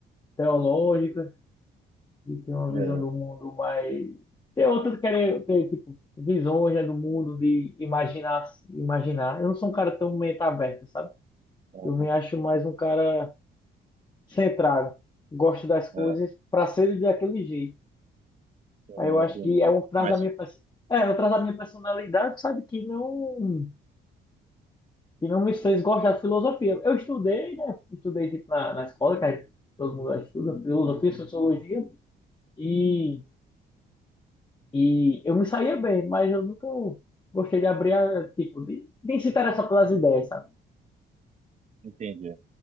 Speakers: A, on the left; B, on the right.
A: teológica. e tem uma
B: É,
A: visão do mundo mais. Tem outras que querem ter, tipo, visões, né, do mundo, de imaginar, imaginar. Eu não sou um cara tão mente aberta, sabe?
B: é,
A: Eu me acho mais um cara centrado. Gosto das coisas
B: é,
A: para ser daquele jeito.
B: é,
A: Aí eu acho
B: entendi.
A: que é um traz
B: Mas
A: da minha pers- é, eu traz da minha personalidade, sabe, que não que não me fez gostar de filosofia. Eu estudei, né? Estudei tipo, na, na escola, que aí todo mundo estuda filosofia, sociologia, E E eu me saía bem, mas eu nunca gostei de abrir, a, tipo, de, de se interessar pelas ideias, sabe?
B: entendi.